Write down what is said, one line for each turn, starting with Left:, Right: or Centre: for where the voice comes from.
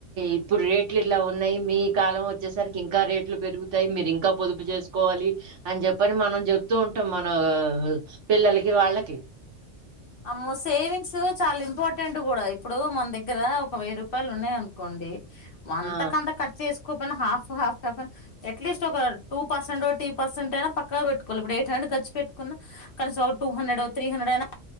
Right: ఇప్పుడు రేట్ రట్లు ఇలా ఉన్నాయి మీ కాలం వచ్చేసరికి ఇంకా మీ మీ కాలం వచ్చాసరికి ఇంకా రేట్లు పెరుగుతాయి మీరు ఇంకా పొదుపు చేసుకోవాలి అని చెప్పని మనం చెప్తూ ఉంటాం మన పిల్లలకి వాళ్ళకి
Left: అమ్మో సేవింగ్స్ చాలా ఇంపార్టెంట్ కూడా ఇప్పుడు మన దగ్గర ఒక వెయ్యి రూపాయలు ఉన్నాయి అనుకోండి అంతకంత
Right: ఆ!
Left: ఖర్చ చేసు కోకపోయినా హాఫ్ హాఫ్పెన్ ఎట్లీస్ట్ ఒక టూ పర్సెంటో త్రీపర్సెట్ అయినా పక్క పెట్టుకోవి ఇప్పుడు ఎయిట్ హండ్రెడ్ఖర్చ్చి పెట్టుకున్నా కనీసం ఒక టూ హండ్రెడో త్రీ హండ్రెడో అయినా